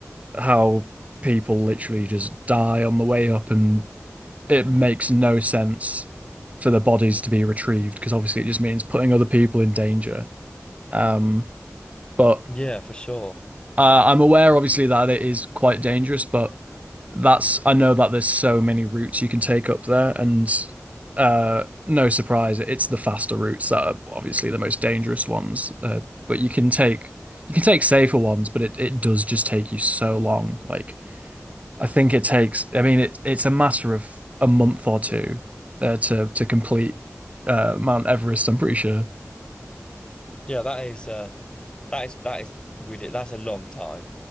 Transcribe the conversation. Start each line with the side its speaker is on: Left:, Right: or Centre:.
Right: how people literally just die on the way up, and it makes no sense for the bodies to be retrieved because obviously it just means putting other people in danger. Um, but
Left: Yeah, for sure.
Right: Uh, I'm aware, obviously, that it is quite dangerous, but that's I know that there's so many routes you can take up there, and uh, no surprise, it's the faster routes that are obviously the most dangerous ones. Uh, but you can take you can take safer ones, but it, it does just take you so long. Like I think it takes, I mean, it it's a matter of a month or two uh, to to complete uh, Mount Everest. I'm pretty sure
Left: Yeah, that is uh, that is that is ridiculous. That's a long time.